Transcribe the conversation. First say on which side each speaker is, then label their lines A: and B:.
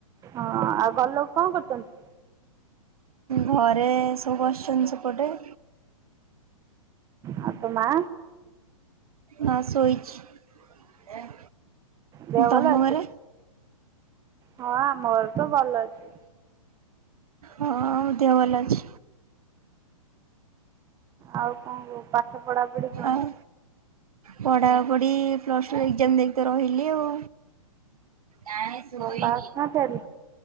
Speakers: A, on the right; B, on the right.
A: ହଁ ଆଉ ଘର ଲୋକ କଣ କରୁଛନ୍ତି?
B: ଘରେ ସବୁ ବସିଛନ୍ତି ସେପଟେ।
A: ଆଉ ତୋ ମା?
B: ମା ଶୋଇଛି।
A: ଦେହ
B: ତମ
A: ଭଲ ଅଛି?
B: ଘରେ?
A: ହଁ ଆମ ଘରେ ତ ଭଲ ଅଛି।
B: ହଁ ମୋ ଦେହ ଭଲ ଅଛି।
A: ଆଉ କଣ କଣ ପାଠ ପଢାପଢି କଣ?
B: ଆଉ ପଢାପଢି ପ୍ଲସ ଟୁ ଏଗ୍କ୍ଜାମ ଦେଇକି ତ ରହିଲି ଆଉ। ନାଇଁ ଶୋଇନି।
A: ପାସ୍ ନା ଫେଲ୍?